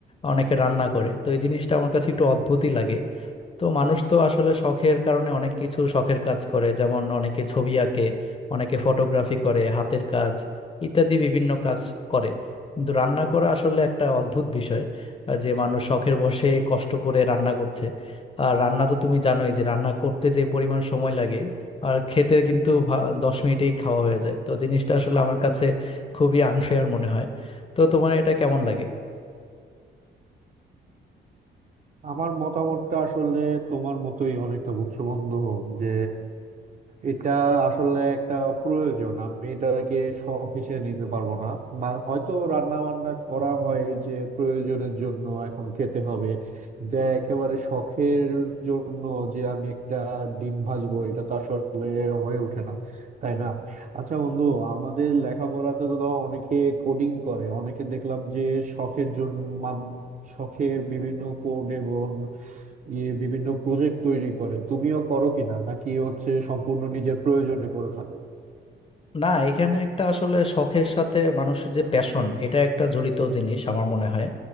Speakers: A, on the left; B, on the right.
A: অনেকে রান্না করে তো এই জিনিসটা আমার কাছে একটু অদ্ভুতই লাগে তো মানুষ তো আসলে শখের কারণে অনেক কিছু শখের কাজ করে যেমন অনেকে ছবি আঁকে অনেকে ফটোগ্রাফি করে হাতের কাজ ইত্যাদি বিভিন্ন কাজ করে কিন্তু রান্না করা আসলে একটা অদ্ভুত বিষয় আহ, যে মানুষ শখের বশে কষ্ট করে রান্না করছে আর রান্না তো তুমি জানোই যে রান্না করতে যে পরিমাণ সময় লাগে আর খেতে কিন্তু ভা- দশ মিনিটেই খাওয়া হয়ে যায় তো জিনিসটা আসলে আমার কাছে খুবই আনফেয়ার মনে হয় তো তোমার এটা কেমন লাগে
B: আমার মতামতটা আসলে তোমার মতোই অনেকটা বুঝছো বন্ধু যে এটা আসলে একটা প্রয়োজন আমি এটাকে শখ হিসেবে নিতে পারবো না বা- হয়তো রান্না বান্না করা হয় যে প্রয়োজনের জন্য এখন খেতে হবে কিন্তু একেবারে শখের জন্য যে আমি একটা ডিম ভাজবো এটা তো আসলে হয়ে ওঠে না তাই না আচ্ছা বন্ধু আমাদের লেখাপড়াতে তো ধরো অনেকে কোডিং করে অনেকে দেখলাম যে শখের জন্য মাদ- শখে বিভিন্ন কোড এবং ইয়ে বিভিন্ন প্রজেক্ট তৈরি করে তুমিও করো কিনা নাকি হচ্ছে সম্পূর্ণ নিজের প্রয়োজনে করে থাকো
A: না এখানে একটা আসলে শখের সাথে মানুষের যে প্যাশন এটা একটা জড়িত জিনিস আমার মনে হয়